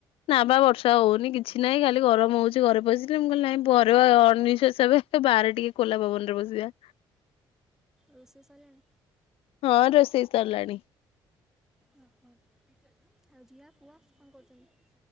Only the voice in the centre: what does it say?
ରୋଷେଇ ସରିଲାଣି।
ଓହୋ ଆଉ ଝିଅ ପୁଅ କଣ କରୁଛନ୍ତି।